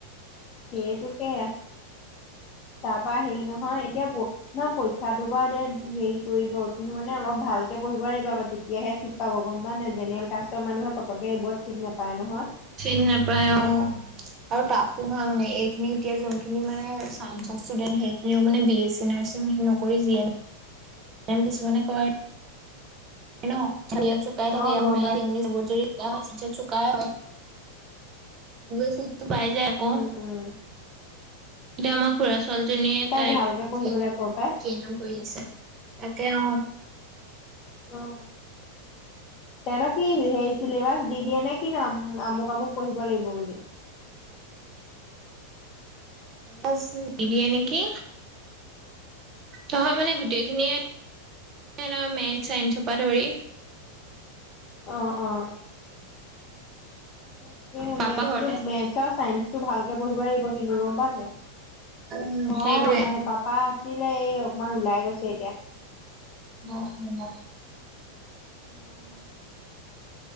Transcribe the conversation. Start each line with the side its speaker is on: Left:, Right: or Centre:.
Left: সেইটোকে, তাপা হেই নহয়, এতিয়া মই পৰীক্ষা দুবাৰ দিয়াত সেই কৰিবও, কিন্তু অলপ ভালকে পঢ়িব লাগিব আকৌ তেতিয়াহে চিট পাব গম পাৱ নাই, জেনেৰেল কাষ্টৰ মানুহে পটকে এইবোৰত চিট নেপায় নহয়।
Right: চিত নাপায় অ, আৰু তা তো হা মানে, এইখিনি এতিয়া যোনখিনি মানে চায়েন্সৰ ষ্টুডেন্ট, সেইখিনিও মানে বিএছি নাৰ্চিং নকৰি জি এন এম কিছুমানে কয়। হেল্লো। চুকাই থাকে
Left: অ',
Right: আৰু
Left: গম
Right: মে,
Left: পাইছো।
Right: ইংলিছ ব যদি শিকা হই জ চোকাই হয়। <inaudible> তো পাই যায় আকৌ।
Left: উম, উম।
Right: এতিয়া আমাৰ খূৰা ছো ছোৱালী জনীয়ে,
Left: তাইক
Right: তাই
Left: ভালকে পঢ়িবলৈ
Right: জি এন এম,
Left: ক পাই।
Right: জি এন এম কৰি আছে। তাকে অ।
Left: অ, তেহেতৰ কি হেই চিলেবাচ দি দিয়ে নে কি নো আমুক আমুক পঢ়িব লাগিব বুলি?
Right: চিলেবাচ নিদিয়ে নেকি। নহয় মানে গোটেইখিনিয়ে <inaudible> মেথছ চাইন্সৰ পৰা ধৰি।
Left: অঁ অঁ। <inaudible> এ
Right: পাপা
Left: মেথছ্
Right: ঘৰতে
Left: টোক,
Right: আছে
Left: মেথছ্
Right: নে
Left: আৰু চায়েন্স। টো ভালকে পঢ়িব লাগিব কিন্তু, গম পাৱ নাই?
Right: উম
Left: অহ,
Right: সেইটোৱে
Left: আহে পাপা আ ছিলে। এই অকমান ওলাই গৈছে এতিয়া।
Right: <unintelligible>
Left: <inaudible>